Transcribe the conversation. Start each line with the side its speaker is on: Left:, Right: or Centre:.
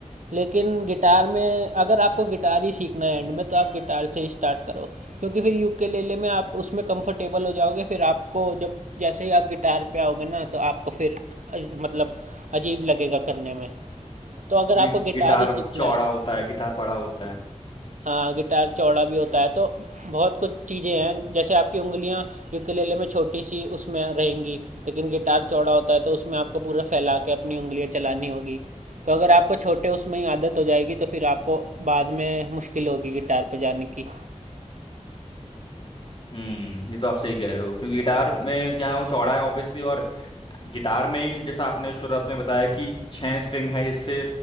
Right: लेकिन गिटार में अगर आपको गिटार ही सीखना है एंड में तो आप गिटार से ही स्टार्ट करो क्योंकि फिर यूकेलेले में आप उसमें कंफर्टेबल हो जाओगे फिर आपको जब जैसे ही आप गिटार पे आओगे ना तो आपको फिर अ, मतलब अजीब लगेगा करने में तो अगर
Left: क्योंकि
Right: आपको गिटार
Left: गिटार
Right: ही सीखना
Left: चौड़ा
Right: है
Left: होता है गिटार बड़ा होता है
Right: हाँ गिटार चौड़ा भी होता है तो बहुत कुछ चीज़ें हैं जैसे आपकी उंगलियां यूकेलेले में छोटी सी उसमें रहेंगी लेकिन गिटार चौड़ा होता है तो उसमें आपको पूरा फैला के अपनी उंगलियां चलानी होगी तो अगर आपको छोटे उसमें ही आदत हो जाएगी तो फिर आपको बाद में मुश्किल होगी गिटार पे जाने की
Left: हम्म ये तो आप सही कह रहे हो क्योंकि गिटार में क्या है वो चौड़ा है ऑब्वियसली और गिटार में ही जैसा आपने शुरुआत में बताया कि छह स्ट्रिंग है जिससे